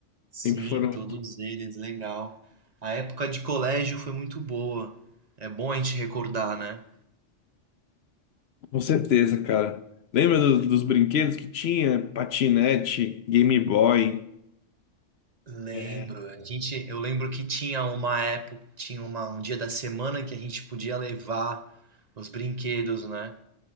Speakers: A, on the right; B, on the left.
A: Sim,
B: sempre foram,
A: todos eles, legal. A época de colégio foi muito boa. É bom a gente recordar, né?
B: com certeza, cara. Lembra dos, dos brinquedos que tinha? Patinete, Game Boy.
A: Lembro,
B: É,
A: a gente, eu lembro que tinha uma época, tinha uma, um dia da semana que a gente podia levar os brinquedos, né?